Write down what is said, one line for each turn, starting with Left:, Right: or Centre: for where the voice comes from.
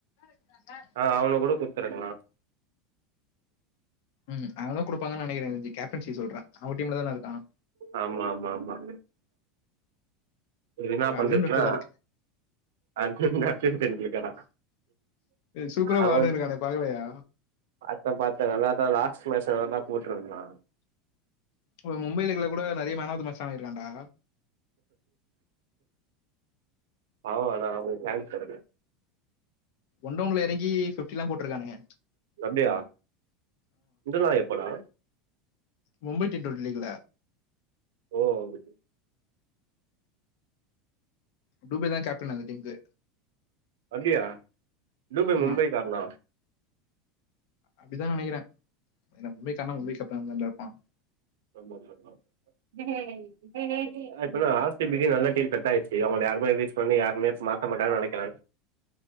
Left: என்னா சார்
Right: ஆ அவனு கூட குடுத்துருக்கலாம்
Left: ம் அவனும் குடுப்பாங்க நினைக்கிறேன் இது கேப்டன்சி சொல்ற அவன் டீம்ல தான இருக்கான்
Right: ஆமா ஆமா ஆமா எதுனா பண்றதுன்னா
Left: அர்ஜுன் ரெட்லக்காரு
Right: அர்ஜென்ட் அர்ஜென்னு <unintelligible> கேட்‌‌‌டா
Left: சூப்பரா
Right: அவன்
Left: ஆடுனிருக்கானே பாக்கலையா
Right: சாப்ட சாப்ட நல்லா ஆடுனா லாஸ்ட் மேட்ச்ல வேண்னா போட்ருக்கலா
Left: ஒரு மும்பைல இருந்தா கூட நறைய மேன் ஆஃப் தி மேட்ச் வாங்கி இருக்கான்டா
Right: ஆமாண்ணா அவனுக்கு சான்ஸ் இருக்கு
Left: ஒன்டோன்ல இறங்கி ஃபிஃப்டில்லாம் போட்டிருக்கானுங்க
Right: தம்பே இந்தல்லா எப்படா
Left: மும்பை டீம் ட்வென்டி லீக்ல
Right: ஓ வந்துட்டு
Left: இபுபேதான் கேப்டன் அந்த டீம்க்கு
Right: அப்டியா என்ன பாய்
Left: ஆமா
Right: மும்பை கேப்டனா
Left: அப்டித்தான் நினைக்கிறேன் என்ன மும்பை காரண மும்பைக்கு கேப்டனா தான்டா இருப்பான் அ
Right: ரொம்ப போல்டு தான் எமலேய் டேய் இப்ப தான் ஆஸ்பிட்டலுக்கே நல்ல கேட் கட்டாய்டுச்சி அவனுடைய அனுபவம் யூஸ்‌ பன்னி யாருமே மாத்த மாட்டாங்கனு நினைக்குற